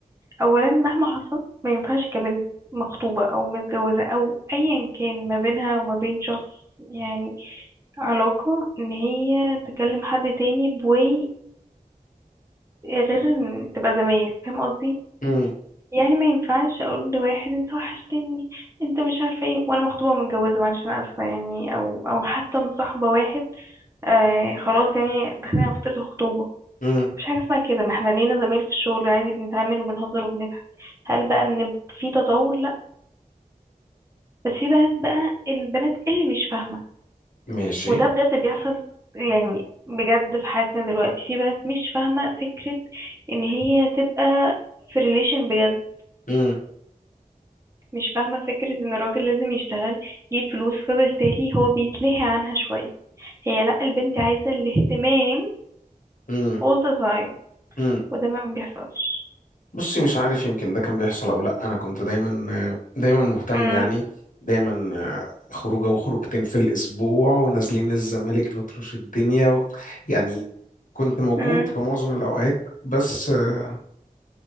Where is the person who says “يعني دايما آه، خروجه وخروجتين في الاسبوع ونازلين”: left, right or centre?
Left